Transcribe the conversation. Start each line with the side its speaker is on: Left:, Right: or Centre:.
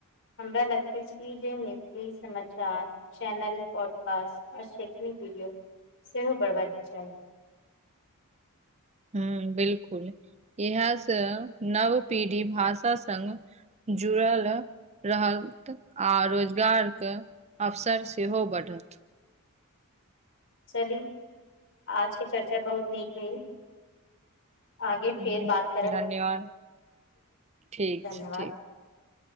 Left: हमरा लगते छी जे मैथिली समाचार। चैनल, पॉडकास्ट आ शैक्षणिक वीडियो सेहो बढ़बाक चाही।
Right: हू, बिल्कूल इएह से नव पीढ़ी भाषा सग जुड़ाल। रहत आ रोजगारकऽ अवसर सेहो बढ़त।
Left: चली आजके चर्चा बहुत नीक भेल। आगे फेर
Right: ह
Left: बात करब।
Right: धन्यवाद ठीक
Left: धन्यवाद।
Right: छै ठीक